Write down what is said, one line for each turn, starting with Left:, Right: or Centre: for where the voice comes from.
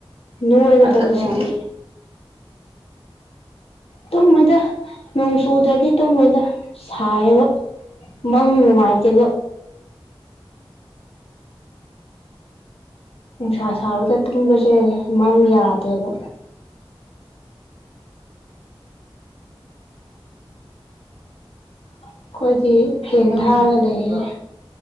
Left: ꯅꯣ ꯑꯩꯅ
Right: ꯑꯁ
Left: ꯇꯝꯃꯤꯁꯤꯗꯤ
Right: ꯑꯁꯦꯡꯕꯗꯤ
Left: ꯇꯨꯝꯃꯣꯏꯗ ꯅꯣꯡ ꯆꯨꯗꯗꯒꯤ ꯇꯨꯝꯃꯣꯏꯗ ꯁꯥꯏꯌꯦꯕ ꯃꯪ ꯅꯨꯡꯉꯥꯏꯇꯦꯕ ꯅꯨꯡꯁꯥ ꯁꯥꯕꯗ ꯇꯨꯝꯕꯁꯦ ꯃꯪ ꯌꯥꯗꯦꯕ ꯑꯩꯈꯣꯏꯗꯤ ꯐꯦꯟ
Right: ꯃꯪꯗ
Left: ꯊꯥꯔꯒ
Right: ꯕꯨꯠ
Left: ꯂꯩꯌꯦ
Right: ꯎꯕ꯭ꯔꯣ